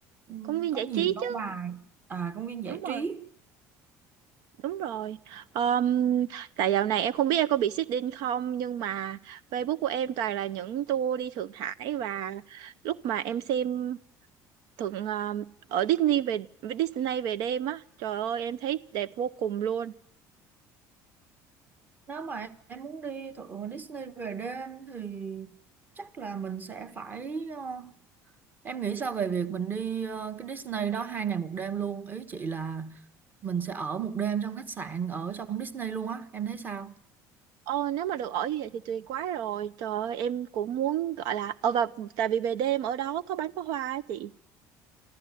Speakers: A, on the right (about 25°); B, on the right (about 70°).
A: ừm,
B: công viên
A: có
B: giải
A: nhiều
B: trí
A: lâu
B: chứ.
A: bài à công viên giải
B: Đúng rồi.
A: trí
B: Đúng rồi. Ờm, tại dạo này em không biết em có bị xích đinh không nhưng mà Facebook của em toàn là những tour đi Thượng Hải và lúc mà em xem thượng ờm, ở Disney về Disney về đêm á, trời ơi em thấy đẹp vô cùng luôn.
A: nếu mà em muốn đi thượng Disney về đêm thì chắc là mình sẽ phải ờ, em nghĩ sao về việc mình đi ờ, cái Disney đó hai ngày một đêm luôn ý chị là mình sẽ ở một đêm trong khách sạn ở trong Disney luôn á em thấy sao
B: Ồ, nếu mà được ở như vậy thì tuyệt quá rồi. Trời ơi, em cũng muốn gọi là ờ và tại vì về đêm ở đó có bắn pháo hoa á chị.